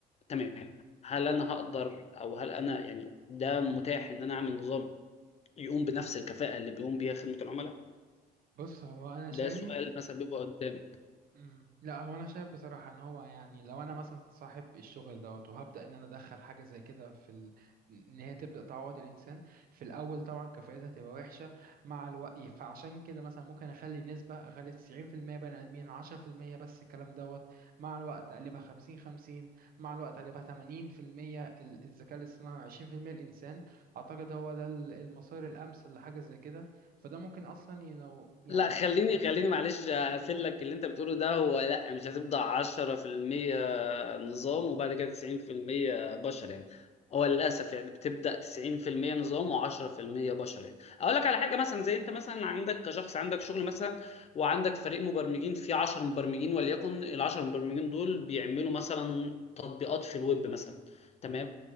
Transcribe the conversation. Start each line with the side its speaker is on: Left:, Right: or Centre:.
Left: تمام هل انا هقدر او هل انا يعني ده متاح ان انا اعمل نظام يقوم بنفس الكفاءة اللي بيقوم بيها خدمة العملاء
Right: بص هو انا شايف
Left: ده سؤال مثلا بيبقى قدامي
Right: مم. لا هو انا شايف بصراحه ان هو يعني لو انا مثلا صاحب الشغل دوت وهبدا ان انا ادخل حاجه زي كده في ال... ان هي تبدا تعوض الانسان في الاول طبعا كفاءتها هتبقى وحشه مع الوقت فعشان كده مثلا ممكن اخلي النسبه اخلي 90% بني ادمين 10% بس الكلام دوت مع الوقت اقلبها 50 50 مع الوقت اقلبها 80% ال- الذكاء الاصطناعي 20% الانسان اعتقد هو ده ال- المسار الامثل لحاجه زي كده فده ممكن اصلا ينو يعني
Left: لا خليني
Right: مم.
Left: خليني معلش هقفل
Right: مم.
Left: لك اللي انت بتقوله ده هو لا مش هتبدأ 10% نظام وبعد كده 90% بشر يعني هو للأسف يعني بتبدأ 90% نظام و10% بشر يعني أقول لك على حاجة مثلا زي أنت مثلا عندك كشخص عندك شغل مثلا وعندك فريق مبرمجين فيه 10 مبرمجين وليكن ال 10 مبرمجين دول بيعملوا مثلا تطبيقات في الويب مثلا تمام
Right: اه